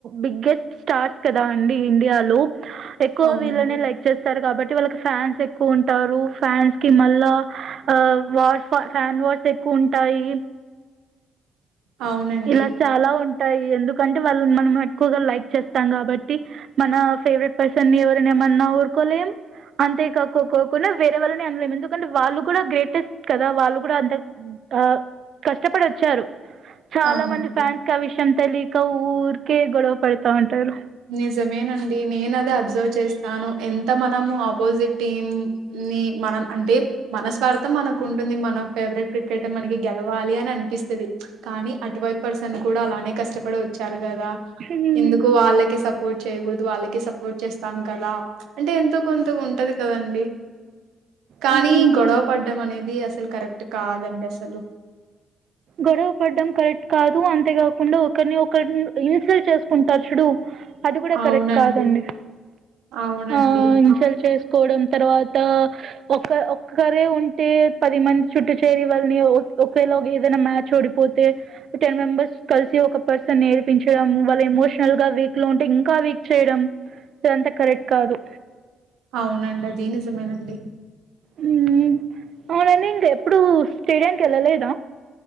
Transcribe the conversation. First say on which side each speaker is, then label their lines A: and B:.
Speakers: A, on the right; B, on the right.
A: బిగ్గెస్ట్ స్టార్స్ కదా అండి ఇండియాలో ఎక్కువ
B: అవునండి
A: వీళ్ళనే లైక్ చేస్ తారు కాబట్టి వాళ్ళకి ఫ్యాన్స్ ఎక్కువ ఉంటారు ఫ్యాన్స్ కి మల్ల హా వర్ ఫ ఫ్యాన్ వష్ స్ కొంటాయిల్
B: అవునండి
A: ఇలా చాలా ఉం టాయ్ ఎందుకంటే వాళ్ళని మనం ఎక్కువగా లైక్ చేస్తాం కాబట్టి మన ఫేవరెట్ పర్సన్ ఎవరిని ఏమన్నా ఊరుకోలేం అంతే కాకోకుండా వేరే వాళ్ళని అనలేము ఎందుకంటే వాళ్ళు కూడా గ్రేటెస్ట్ కదా వాళ్ళు కూడా అంత ఆ కష్టపడి వచ్చారు చాలా
B: అవునండి
A: మంది ఫ్యాన్స్ క విషా యం తెలీక ఊరికే గొడవ పడతా ఉంటారు
B: నిజమేనండి నేను అదే అబ్జర్వ్ చేస్తాను ఎంత మనం ఆపోజిట్ టీం ని మనం అంటే మనస్వార్థం మనకు ఉంటుంది మన ఫేవరెట్ క్రికెట్ర్ మనకి గెలవాలి అని అనిపిస్తుంది కానీ అటువైపు పర్సన్ కూడా అలానే కష్టపడి వచ్చారు కదా
A: హ్మ్.
B: ఎందుకు వాళ్ళకి సపోర్ట్ చేయకూడదు వాళ్ళకి సపోర్ట్ చేస్తాం కదా అంటే ఎంతో కొంత ఉంటది కదండి కానీ
A: హ్మ్.
B: గొడవ పడం అనేది ది అసలు కరెక్ట్ కాదండీ అసలు
A: గొడవ పడ్డం కరెక్ట్ కాదు అంతే కాకుండా ఒకరిని ఒకరి ఇన్సల్ట్ చేసుకుంటారు చూడు అది కూడా కరెక్ట్
B: అవునండి
A: కాదండి
B: అవునండి
A: ఆ ఇన్సెల్ చేసు కోవడం తర్వాత ఒక ఒక్కరే ఉంటే పది మంది చుట్టు చేరి వాళ్ళని ఒకేలో ఏదైనా మ్యాచ్ ఓడిపోతే టెన్ మెంబర్స్ కలిసి ఒక పర్సన్ నీ ఏడిపించడం వాళ్ళ ఇమోషనల్ గా వీక్ లో ఉంటే ఇంకా వీక్ చేయడం ఇదంతా కరెక్ట్ కాదు
B: అవునండి అది నిజమేనండి
A: హ్మ్ అవునండి ఇంకా ఎప్పుడు స్టేడియం కి వెళ్ళలేదా